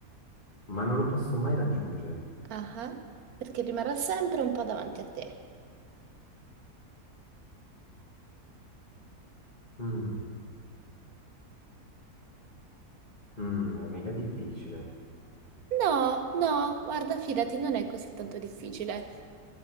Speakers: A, on the left; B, on the right.
A: ma non lo posso mai raggiungere.
B: Ah, ah, perché rimarrà sempre un po' davanti a te.
A: Mm, mm, è mega difficile.
B: No, no, guarda, fidati, non è così tanto difficile.